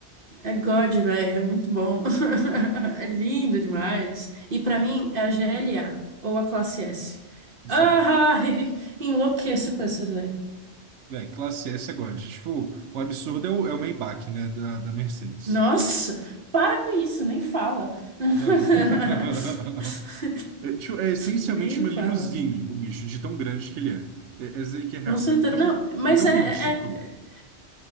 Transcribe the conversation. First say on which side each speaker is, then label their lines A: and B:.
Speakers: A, on the right; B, on the right.
A: É God, velho, é muito bom. <laughs> É lindo demais. E pra mim é a GLA ou a classe S.
B: Só.
A: Ah, <laughs> enlouqueço com essas,
B: Véi, classe S é God. Tipo, o absurdo é o, é o Maybach, né? Da, da Mercedes.
A: Nossa, para com isso, nem fala. <laughs>
B: Mano. <laughs> É, tipo, é essencialmente
A: Nem
B: uma
A: fala.
B: limusine, o bicho, de tão grande que ele é. É, é dizer que é real.
A: Com certeza.
B: É tão,
A: Não, mas
B: é tão
A: é,
B: ridículo.
A: é.